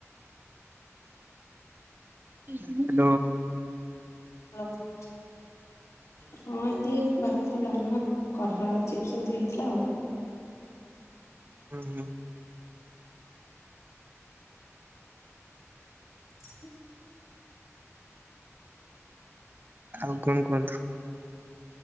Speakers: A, on the right; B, on the left.
A: ହାଲୋ
B: <inaudible> ହଁ ଏମିତି ଭାତ, ଡାମା, କଲା ଆଳୁ ଚିପ୍ସ ଏମତି ହେଇଥିଲା ଆଉ।
A: ହଁ ହଁ
B: ହୁଁ
A: ଆଉ କଣ କୁହନ୍ତୁ?